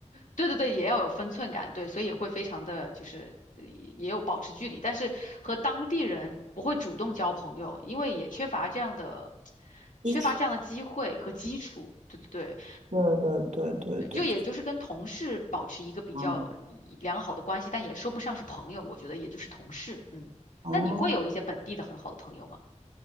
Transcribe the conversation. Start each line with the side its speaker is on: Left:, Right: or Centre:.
Left: 对对对，也要有分寸感，对，所以也会非常的就是呃也有保持距离，但是和当地人不会主动交朋友，因为也缺乏这样的 <tsk>
Right: 基础。
Left: 缺乏这样的机会和基础，对对对。
Right: 对对对对对，
Left: 对，就也就是跟同事保持一个比较
Right: 嗯。
Left: 良好的关系，但也说不上是朋友，我觉得也就是同事。嗯，
Right: 哦。
Left: 那你会有一些本地的很好的朋友吗？